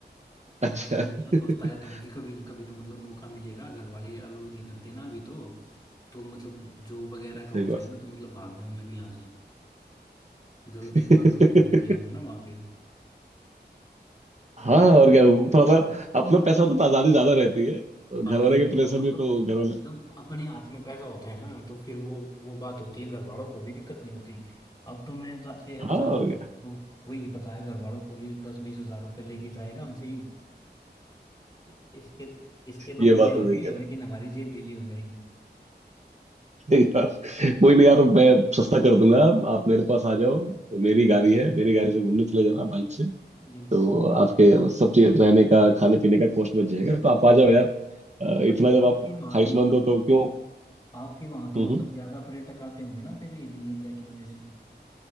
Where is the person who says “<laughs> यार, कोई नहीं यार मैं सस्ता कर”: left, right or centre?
Right